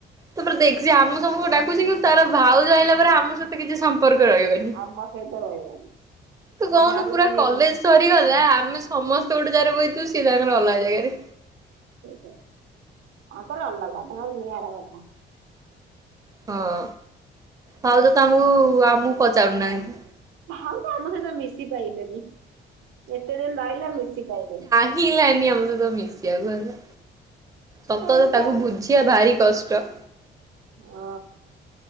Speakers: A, on the right; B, on the right.
A: ତାପରେ ଦେଖ ସିଏ ଆମକୁ ସବୁକୁ ଡାକୁଛି କିନ୍ତୁ ତାର ଭାଉଜ ଆଇଲା ପରେ ଆମ ସହିତ କିଛି ସମ୍ପର୍କ ରହିବନି।
B: ଆମ ସହିତ ରହିବନି।
A: ତୁ କହୁନୁ
B: ଭାଉଜଙ୍କୁ
A: ପୁରା
B: ନେଇ
A: କଲେଜ ସରିଗଲା ଆମେ ସ ସମସ୍ତେ ଗୋଟେ ଜାଗାରେ ବଇଥିବୁ ସିଏ ତାଙ୍କର ଅଲଗା ଜାଗାରେ।
B: ତାଙ୍କର ଅଲଗା ତାଙ୍କର ନିଆରା କଥା।
A: ହଁ ଭାଉଜ ତ ଆମକୁ ଆମକୁ ପଚାରୁନାହାନ୍ତି।
B: ହଁ ହଁ ପା ଆମ ସହିତ ମିଶି ପାଇଲେନି। ଏତେ ଦିନ ରହିଲା ମିଶି ପାଇଲେନି।
A: କିଏ ଆଇଲାନି ଆମ ସହିତ ମିଶିବାକୁ ହେଲେ ସତ
B: ସେଇଠି
A: କଥା
B: ଠିଆ
A: ତାକୁ ବୁଝି ବା ଭାରି କଷ୍ଟ
B: ହଁ